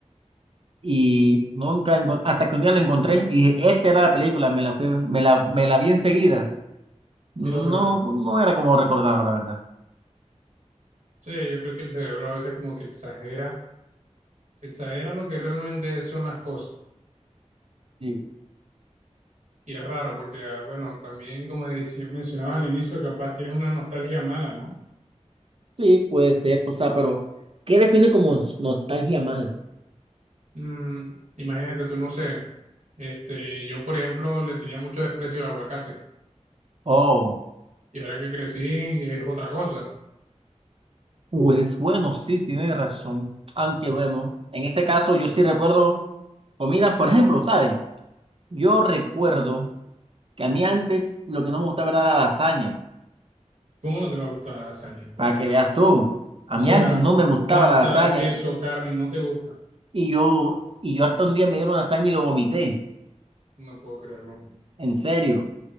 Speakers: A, on the right; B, on the right.
A: Y nunca, encon- hasta que un día la encontré y dije, esta era la película, me la fui, me la, me la vi enseguida. No,
B: Era horrible.
A: fu- no era como recordaba, la verdad.
B: Sí, yo creo que el cerebro a veces como que exagera, exagera lo que realmente son las cosas.
A: Sí,
B: Y es raro porque, ah, bueno, también como decí- mencionabas al inicio, capaz tienes una nostalgia mala, ¿no?
A: sí, puede ser, o sea, pero ¿qué define como nos- nostalgia mal?
B: Mm, imagínate, tú no sé, este, yo por ejemplo le tenía mucho desprecio al aguacate
A: Oh.
B: y ahora que crecí es otra cosa.
A: Pues bueno, sí, tiene razón. Aunque bueno, en ese caso yo sí recuerdo comidas, por ejemplo, ¿sabes? Yo recuerdo que a mí antes lo que no me gustaba era la lasaña,
B: ¿Cómo no te va a gustar la lasaña, por
A: para
B: Dios?
A: que veas tú. A
B: O sea,
A: mí antes no me gustaba
B: pasta,
A: la lasaña
B: queso, carne, y no te gusta.
A: y yo, y yo hasta un día me dieron lasaña y lo vomité,
B: No puedo creerlo.
A: en serio.